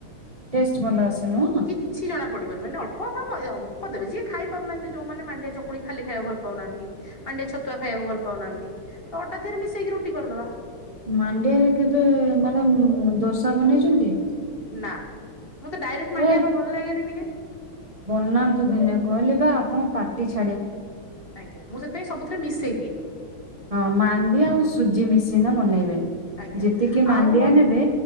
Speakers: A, on the right; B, on the left.
A: ଟେଷ୍ଟ ଭଲ ଆସେ ନୁହଁ
B: କିଛି ଜଣା ପଡିବନି ମାନେ ଅଳ୍ପ ଅଳ୍ପ ମଇଦା ଅଳ୍ପ ଦେବେ ଯିଏ ଖାଇପାରୁନାହାନ୍ତି ଯୋଉମାନେ ମାଣ୍ଡିଆ ଚକୁଳି ଖାଲି ଖାଇବାକୁ ଭଲ ପାଉନାହାନ୍ତି ମାଣ୍ଡିଆ ଛତୁଆ ଖାଇବାକୁ ଭଲ ପାଉନାହାନ୍ତି ତ ଅଟା ଦେହେରେ ମିଶେଇକି ରୁଟି କରଦବା।
A: ମାଣ୍ଡିଆରେ କେବେ ମ୍ୟାଡମ୍ ଦୋସା ବନେଇଛନ୍ତି?
B: ନା। ମତେ ଡାଇରେକ୍ଟ ମାଣ୍ଡିଆ
A: ଏ
B: ପା ଭଲ ଲାଗେନି ଟିକେ।
A: ବନାନ୍ତୁ ଦିନେ କହିଲି ବା ଆପଣ ପାଟି ଛା
B: ଆଜ୍ଞା ମୁଁ ସେଥିାପାଇଁ ସବୁଥିରେ ମିଶେଇ ଦି ଦିଏ।
A: ହଁ ମାଣ୍ଡିଆ ଆଉ ସୁଜି ମିଶେଇନା ବନେଇବେ
B: ଆଜ୍ଞା
A: ଯେତିକି ମାଣ୍ଡିଆ
B: ଆଉ ଗୋ
A: ନେବେ